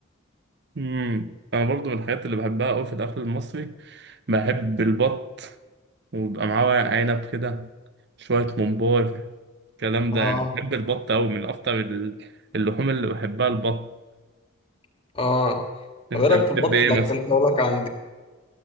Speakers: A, on the right; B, on the left.
A: مم. أنا برضو من الحاجات اللي بحبها أوي في الأكل المصري بحب البط ويبقى معاه ورق عنب كده شوية ممبار الكلام ده
B: اه
A: يعني بحب البط أوي من أكتر ال- اللحوم اللي بحبها البط
B: <laughs> اه طب
A: أنت
B: ايه رايك
A: بتحب
B: في البط
A: إيه
B: اللي
A: مثلا؟
B: اكلته لك عندي